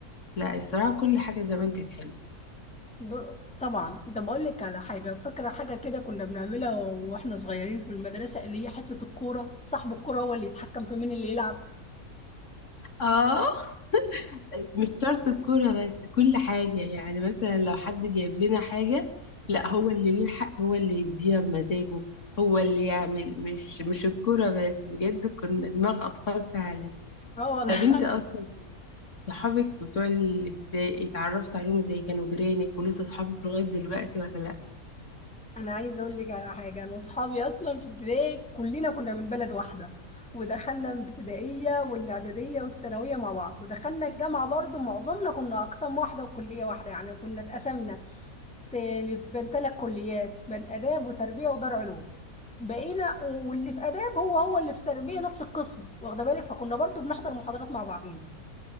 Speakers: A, on the left; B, in the centre.
A: لا الصراحه كل حاجه زمان كانت حلوه
B: ب... طبعا ده بقول لك على حاجة فاكرة حاجة كده كنا بنعملها وإحنا صغيرين في المدرسة اللي هي حتة الكورة صاحب الكورة هو اللي يتحكم في مين اللي يلعب
A: اه مش شرط الكورة بس كل حاجة يعني مثلا لو حد جايب لنا حاجة لا هو اللي ليه الحق هو اللي يديها بمزاجه هو اللي يعمل مش مش الكورة بس بجد كنا دماغ أطفال فعلا
B: اه
A: طب انت أصلا صحابك بتوع الابتدائي اتعرفت عليهم ازاي كانوا جيرانك ولسه صحابك لغاية دلوقتي ولا لا
B: انا عايزه اقول لك على حاجه انا واصحابي اصلا في ابتدائي كلنا كنا من بلد واحده ودخلنا الابتدائيه والاعداديه والثانويه مع بعض ودخلنا الجامعه برضو معظمنا كنا اقسام واحده وكليه واحده يعني كنا اتقسمنا ت- بين ثلاث كليات بين اداب وتربيه ودار علوم بقينا واللي في اداب هو هو اللي في تربيه نفس القسم واخده بالك فكنا برضو بنحضر محاضرات مع بعضينا